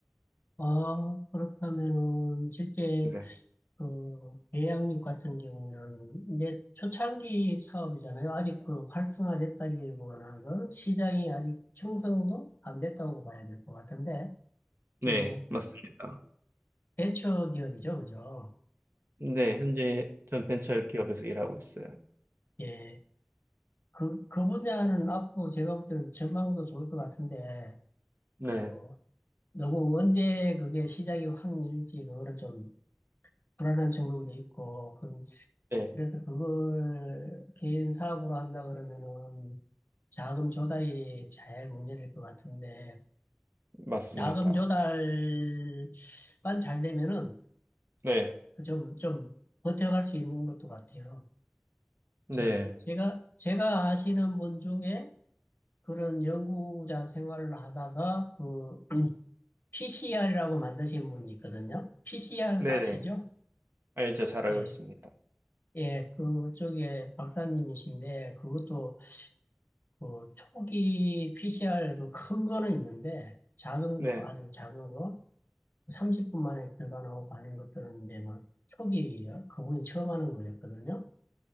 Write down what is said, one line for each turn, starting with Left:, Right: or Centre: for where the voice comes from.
Left: 아, 그렇다면은 실제
Right: 네.
Left: 그 대양육 같은 경우에는 이제 초창기 사업이잖아요. 아직 그 활성화됐다기보다는 그 시장이 아직 형성도 안 됐다고 봐야 될 것 같은데 중에
Right: 네, 맞습니다.
Left: 벤처 기업이죠, 그죠?
Right: 네, 현재 전 벤처 기업에서 일하고 있어요.
Left: 예, 그 그 분야는 앞으로 제가 볼 때는 전망도 좋을 것 같은데
Right: 네,
Left: 그 너무 언제 그게 시작이 확 열지 그거는 좀 불안한 측면도 있고
Right: 네,
Left: 그래서 그걸 개인 사업으로 한다 그러면은 자금 조달이 잘 문제될 것 같은데
Right: 맞습니다.
Left: 자금 조달만 잘 되면은
Right: 네,
Left: 그 좀, 좀 버텨갈 수 있는 것도 같아요.
Right: 네,
Left: 제, 제가, 제가 아시는 분 중에 그런 연구자 생활을 하다가 그 PCR이라고 만드신 분이 있거든요. PCR
Right: 네네.
Left: 아시죠?
Right: 알죠, 잘 알고
Left: 예,
Right: 있습니다.
Left: 예, 그쪽에 박사님이신데 그것도 그 초기 PCR 그 큰 거는 있는데 작은
Right: 네,
Left: 거 아주 작은 거 30분 만에 결과 나오고 하는 것들은 이제 막 초기 그분이 처음 하는 거였거든요.